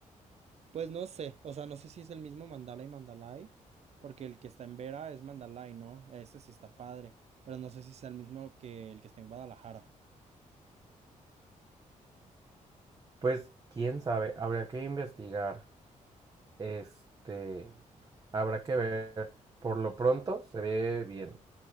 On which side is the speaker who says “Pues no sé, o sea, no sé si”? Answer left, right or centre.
Right